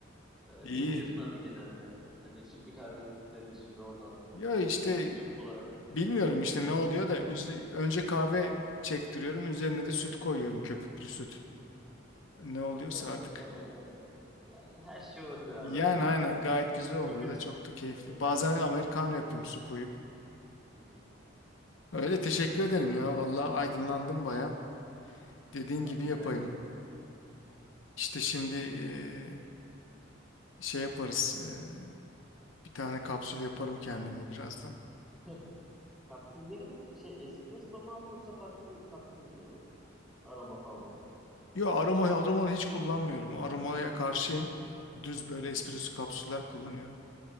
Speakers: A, in the centre; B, on the left.
A: Ee,
B: İyi.
A: ne içiyorsun abi genelde? Hani sütlü kahve dedin şimdi oradan
B: Ya işte
A: sütlü olarak.
B: bilmiyorum işte ne oluyor da üzü- önce kahve çektiriyorum. Üzerine de süt koyuyorum köpüklü süt.
A: Hı hı.
B: Ne oluyorsa
A: Evet
B: artık.
A: e, genelde yani her şey olabilir abi.
B: Yani aynen gayet güzel
A: <laughs>
B: oluyor
A: Çok açık.
B: da çok da keyifli.
A: Evet.
B: Bazen americano yapıyorum su koyup.
A: Hı hı.
B: Öyle teşekkür ederim ya. Vallahi aydınlandım baya. Dediğin
A: Vallahi
B: gibi
A: rica
B: yapayım.
A: ederim.
B: İşte şimdi eee, şey yaparız. eee, bir tane kapsül yaparım kendime birazdan.
A: <laughs> Kapsüllerin şey espresso mu abi yoksa farklı bir kapsül mü kullanıyorsun? Aroma falan olarak.
B: Yo aroma aroma hiç kullanmıyorum. Aromaya karşıyım. Düz böyle
A: Hı hı.
B: espresso kapsüller kullanıyorum.